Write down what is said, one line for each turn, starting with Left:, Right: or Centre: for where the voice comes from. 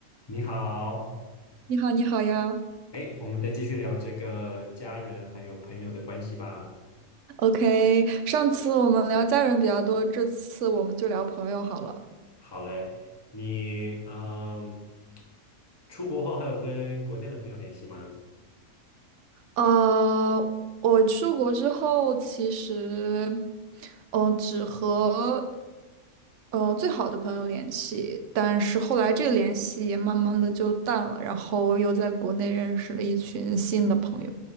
Left: 你好，
Right: 你好，你好呀。
Left: 哎，我们再继续聊这个家人还有朋友的关系吧。
Right: OK，上次我们聊家人比较多，这次我们就聊朋友好了。
Left: 好嘞，你嗯，出国后还有跟国内的朋友联系吗？
Right: 呃，我出国之后，其实，嗯、只和呃最好的朋友联系，但是后来这个联系也慢慢的就淡了，然后又在国内认识了一群新的朋友，